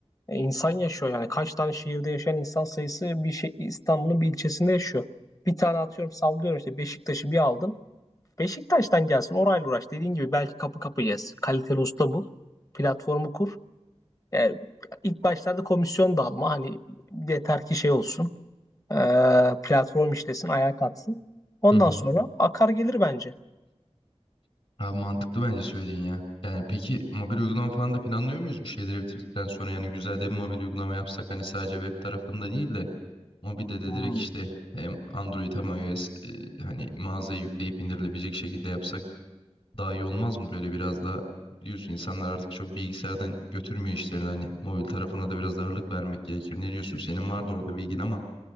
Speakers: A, on the left; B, on the left.
A: E, insan yaşıyor yani kaç tane şehirde yaşayan insan sayısı bir şey İstanbul'un bir ilçesinde yaşıyor. Bir tane atıyorum sallıyorum işte Beşiktaş'ı bir aldın. Beşiktaş'tan gelsin orayla uğraş dediğin gibi belki kapı kapı gez. Kaliteli usta bul. Platformu kur. E, ilk başlarda komisyon da alma hani yeter ki şey olsun e, platform işlesin, ayağa kalksın. Ondan
B: Hı hı.
A: sonra akar gelir bence.
B: Abi mantıklı bence söylediğin ya. Yani peki mobil uygulama falan da planlıyor muyuz bu şeyleri bitirdikten sonra? Yani güzel de bir mobil uygulama yapsak hani sadece web tarafında değil de mobilde de
A: Hmm.
B: direkt işte hem Android hem iOS e, hani mağazaya yükleyip indirilebilecek şekilde yapsak daha iyi olmaz mı? Böyle biraz da biliyorsun insanlar artık çok bilgisayardan götürmüyor işlerini hani mobil tarafına da biraz ağırlık vermek gerekir. Ne diyorsun? Senin vardı orada bilgin ama.